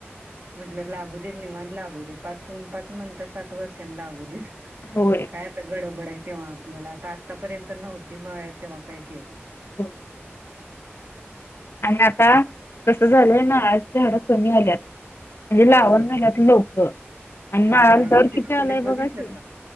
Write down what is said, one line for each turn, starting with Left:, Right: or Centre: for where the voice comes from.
Right: म्हणलं लागू दे निवांत. लागू दे पाच पाच म्हणता सात वर्षांनी लागुदेत
Left: होय
Right: काय आता गडबड हाय. तेव्हा आपल्याला आता, आतापर्यंत नव्हती मग तेव्हा काय केलं?
Left: होय आणि आता कस झालंय, नारळ ची झाडं कमी आल्यात. म्हणजे
Right: होय
Left: लावणं झाल्यात लोक आणि नारळाला
Right: नारळ
Left: दर किती
Right: मागलेत
Left: आलंय
Right: बघितलं
Left: बघा की.
Right: का